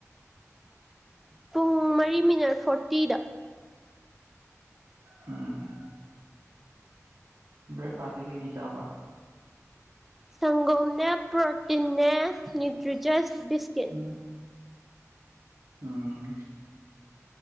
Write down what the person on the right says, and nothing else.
ꯎꯝ ꯕ꯭ꯔꯦꯛꯐꯥꯁꯇꯤ ꯀꯩꯀꯩ ꯆꯥꯕ
ꯎꯝ ꯎꯝ